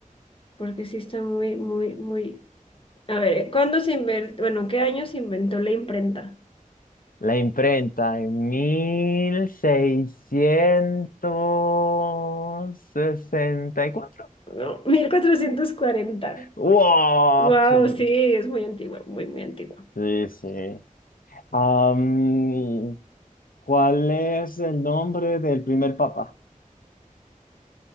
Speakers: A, on the left (about 40°); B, on the left (about 80°).
A: porque sí está muy, muy, muy. A ver, ¿cuándo se inventó? Bueno, ¿qué año se inventó la imprenta?
B: La imprenta en mil seiscientos sesenta y cuatro
A: No, mil cuatrocientos cuarenta
B: ¡Wow!
A: Wow,
B: <laughs>
A: sí, es muy antigua, muy, muy antigua.
B: Sí, sí. Am, ¿cuál es el nombre del primer papa?